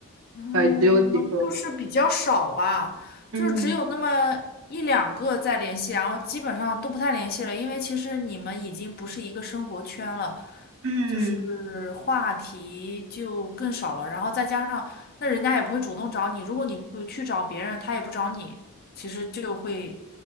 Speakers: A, on the left; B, on the right.
A: 嗯，
B: 呃，只有几个？
A: 就是比较少吧，
B: 嗯
A: 就是只有那么一两个在联系，然后基本上都不太联系了，因为其实你们已经不是一个生活圈了，
B: 嗯
A: 就是话题就更少了，然后再加上那人家也不会主动找你，如果你不去找别人，他也不找你，其实就会